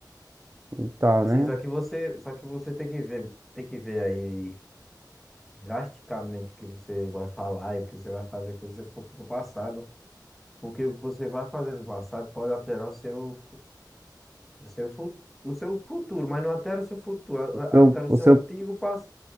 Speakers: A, on the right; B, in the centre.
A: e tal, né?
B: Sim, só que você, só que você tem que ver, tem que ver aí drasticamente o que você vai falar e o que você vai fazer quando você for pro passado. O que você vai fazer no passado pode alterar o seu, fu- o seu, fu- o seu futuro, mas não altera o seu futuro, a-
A: o
B: a-
A: Seu,
B: altera o
A: o
B: seu
A: seu,
B: antigo passado.